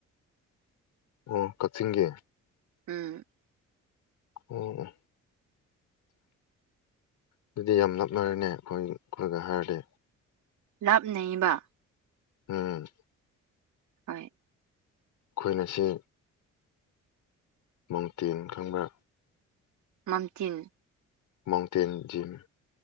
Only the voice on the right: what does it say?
ꯎꯝ
ꯂꯥꯞꯅꯩꯕ
ꯑꯥꯢ
ꯃꯝꯊꯤꯟ